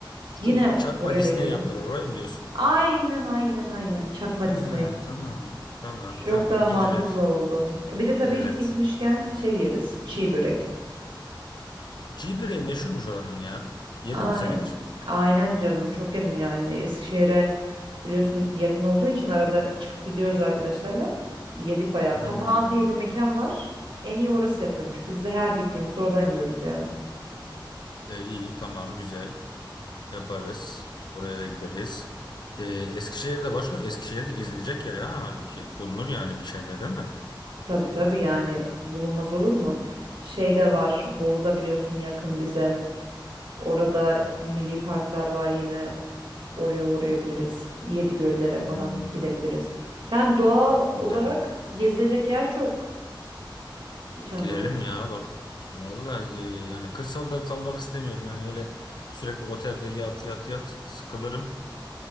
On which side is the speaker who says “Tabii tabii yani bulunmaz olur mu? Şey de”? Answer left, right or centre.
Right